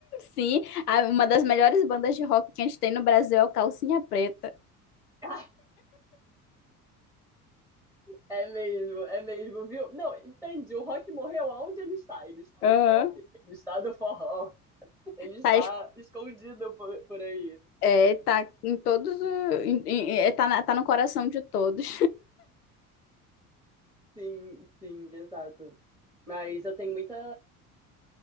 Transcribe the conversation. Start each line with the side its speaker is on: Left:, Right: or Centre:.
Left: sim. A- Uma das melhores bandas de rock que a gente tem no Brasil é o Calcinha Preta.
Centre: Ah, é mesmo, é mesmo, viu? Não, entendi. O rock morreu aonde ele está? Ele está
Left: Aham.
Centre: no pop, ele está no forró, <laughs> ele está
Left: Tá, es-
Centre: escondido por, por aí.
Left: é, tá em todos. o- em- em- é, tá, na- tá no coração de todos.
Centre: Sim, sim, exato. Mas eu tenho muita.